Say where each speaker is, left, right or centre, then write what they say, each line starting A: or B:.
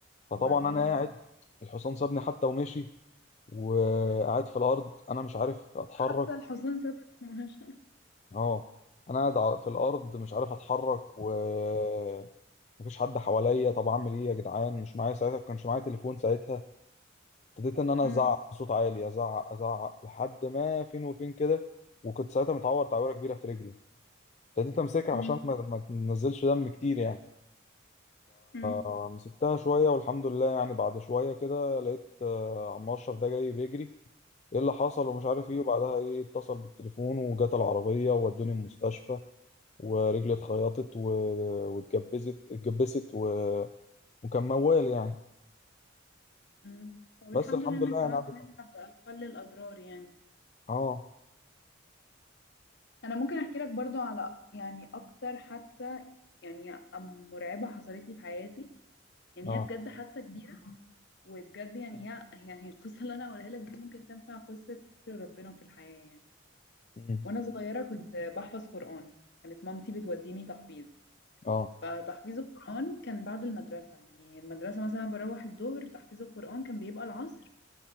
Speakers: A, on the left (about 35°); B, on the left (about 55°).
A: فطبعا
B: وبعدين
A: انا قاعد الحصان سابني حتى ومشي وقاعد في الارض انا مش عارف اتحرك
B: حتى الحصان سابك في مهاجة
A: اه انا قاعد ع- في الارض مش عارف اتحرك ومفيش حد حواليا طب اعمل ايه يا جدعان مش معايا ساعتها كانش معايا تليفون ساعتها ابتديت ان انا ازعق
B: أم،
A: بصوت عالي ازعق ازعق لحد ما فين وفين كده وكنت ساعتها متعور تعويره كبيره في رجلي ابتديت امسكها
B: أم،
A: عشان ما ما تنزلش دم كتير يعني
B: أم،
A: فمسكتها شويه والحمد لله يعني بعد شويه كده لقيت آه، عم اشرف ده جاي بيجري ايه اللي حصل ومش عارف ايه وبعدها ايه اتصل بالتليفون وجت العربية وودوني المستشفى ورجلي اتخيطت و... واتجبست اتجبست و... وكان موال يعني
B: أم. طب الحمد
A: بس الحمد
B: لله انك
A: لله
B: طلعت
A: يعني عدت
B: منها بأقل الاضرار يعني
A: اه
B: انا ممكن احكي لك برضو على يعني اكتر حادثة يعني أم- مرعبة حصلت لي في حياتي يعني
A: اه
B: هي بجد حادثة كبيرة وبجد يعني هي يعني القصة اللي انا هقولها لك دي ممكن تنفع قصة ستر ربنا في الحياة يعني
A: امم
B: وانا صغيرة كنت بحفظ قرآن كانت مامتي بتوديني تحفيظ
A: اه
B: فتحفيظ القرآن كان بعد المدرسة يعني المدرسة مثلا بروح الظهر تحفيظ القرآن كان بيبقى العصر